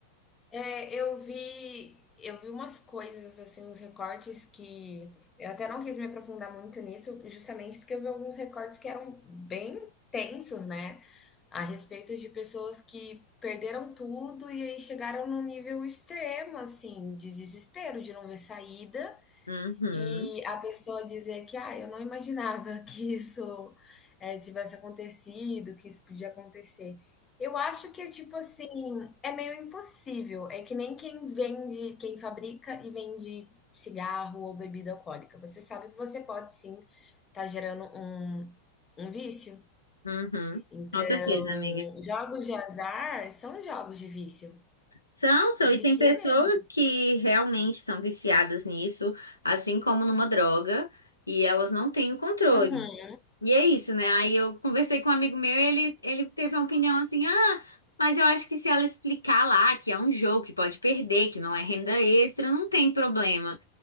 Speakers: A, on the left; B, on the left.
A: É, eu vi eu vi umas coisas, assim, uns recortes que eu até não quis me aprofundar muito nisso, justamente porque eu vi alguns recortes que eram bem tensos, né, a respeito de pessoas que perderam tudo e aí chegaram num nível extremo, assim, de desespero, de não ver saída
B: Uhum,
A: E a pessoa dizer que, ah, eu não imaginava <laughs> que isso eh, tivesse acontecido, que isso podia acontecer. Eu acho que é tipo assim, é meio impossível. É que nem quem vende, quem fabrica e vende cigarro ou bebida alcoólica. Você sabe que você pode sim estar gerando um, um vício.
B: uhum.
A: Então,
B: Com certeza, amiga.
A: jogos de azar são jogos de vício.
B: São, são,
A: E
B: e
A: vicia
B: tem pessoas
A: mesmo.
B: que realmente são viciadas nisso, assim como numa droga, e elas não têm o controle.
A: Uhum.
B: E é isso, né? Aí eu conversei com um amigo meu e ele, ele teve uma opinião assim: ah, mas eu acho que se ela explicar lá que é um jogo que pode perder, que não é renda extra, não tem problema.